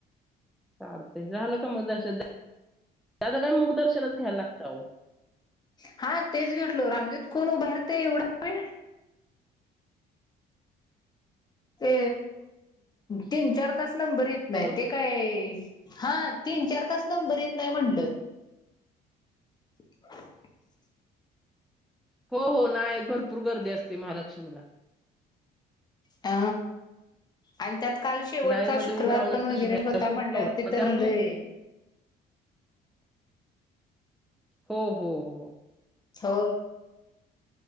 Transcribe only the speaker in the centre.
चालत झालं का मग दर्शन आता काय मुखदर्शन घ्यायला लागत हो
हॅलो
हो हो नाही भरपूर गर्दी असते महालक्ष्मीला
लाईन मध्ये
उभं राहून
दर्शन
घ्यायला
खूप
आवडतं
त्यामुळे
हो, हो, हो